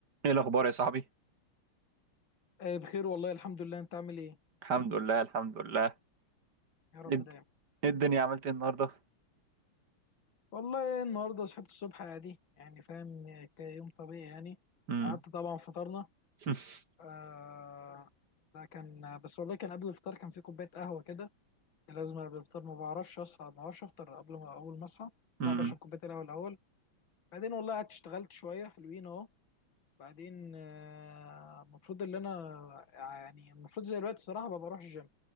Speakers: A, on the right (about 50°); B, on the left (about 65°).
A: ايه الاخبار يا صاحبي
B: آه، بخير والله الحمد لله انت عامل ايه
A: الحمد لله الحمد لله
B: يا رب
A: ايه الد-
B: دايما
A: إيه الدنيا عملت إيه النهارده
B: والله النهارده صحيت الصبح عادي يعني فاهم آه، كيوم طبيعي يعني
A: امم
B: قعدت طبعا فطرنا
A: <laughs>
B: آه ده كان بس والله كان قبل الفطار كان في كوبايه قهوه كده لازم قبل الفطار ما بعرفش اصحى ما بعرفش افطر قبل ما اول ما اصحى
A: امم
B: لا بشرب كوبايه القهوه الاول بعدين والله قعدت اشتغلت شويه حلوين اهو بعدين آه، المفروض ان انا يعني المفروض زي الوقت الصراحه ما بروحش الجيم